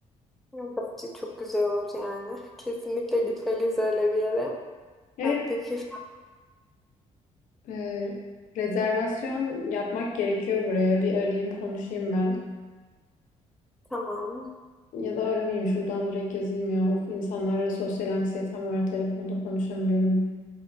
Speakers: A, in the centre; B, on the left (about 80°).
A: Bence çok güzel olur yani. <laughs> Kesinlikle gitmeliyiz öyle bir yere.
B: Evet,
A: Ha, Peki
B: e, rezervasyon yapmak gerekiyor buraya. Bir arayayım konuşayım ben.
A: tamam.
B: Ya da aramayayım şuradan direkt yazayım ya. Of insanlarla sosyal anksiyetem var. Telefonda konuşamıyorum.